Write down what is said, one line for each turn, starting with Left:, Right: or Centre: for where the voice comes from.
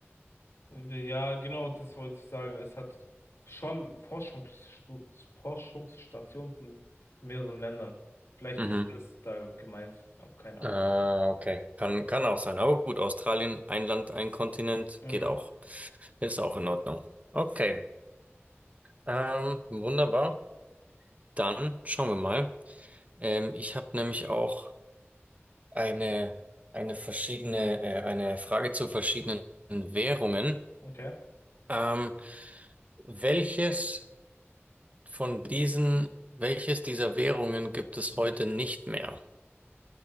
Left: Ja, genau, das wollte ich sagen. Es hat schon Forschungsstu Forschungsstationen von mehreren Ländern. Vielleicht
Right: Mhm.
Left: ist das da gemeint, aber keine Ahnung.
Right: Ah, okay. Kann, kann auch sein. Aber gut, Australien, ein Land, ein Kontinent,
Left: Mhm.
Right: geht auch. Ist auch in Ordnung. Okay. Ähm, wunderbar. Dann schauen wir mal. Ähm, ich habe nämlich auch eine, eine verschiedene, äh, eine Frage zu verschiedenen Währungen.
Left: Okay,
Right: Ähm, welches Von diesen, welches dieser Währungen gibt es heute nicht mehr?